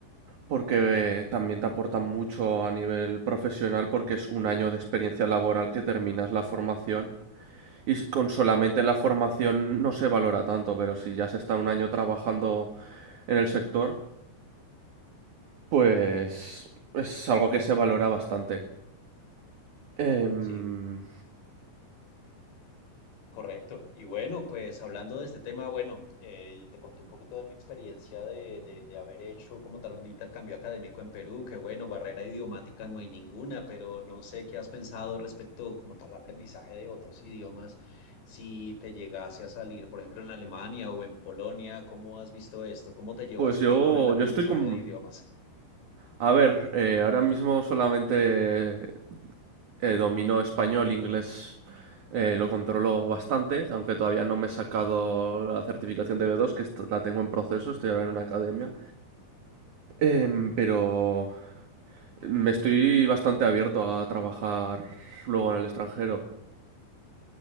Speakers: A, on the right; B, on the left.
A: Porque eh, también te aportan mucho a nivel profesional porque es un año de experiencia laboral que terminas la formación y s- con solamente la formación no se valora tanto, pero si ya se está un año trabajando en el sector, pues es algo que se valora bastante. Em,
B: Sí, Correcto. Y bueno, pues hablando de este tema, bueno, eh, te conté un poquito de mi experiencia de, de, de haber hecho como tal un intercambio académico en Perú, que bueno, barrera idiomática no hay ninguna, pero no sé qué has pensado respecto como tal aprendizaje de otros idiomas. Si te llegase a salir, por ejemplo, en Alemania o en Polonia, ¿cómo has visto esto? ¿Cómo te llevas
A: pues yo,
B: tú con el aprendizaje
A: yo estoy con,
B: de idiomas?
A: A ver, eh, ahora mismo solamente eh, domino español, inglés eh, lo controlo bastante, aunque todavía no me he sacado la certificación de B2, que est- la tengo en proceso, estoy ahora en una academia, Em, pero me estoy bastante abierto a trabajar luego en el extranjero.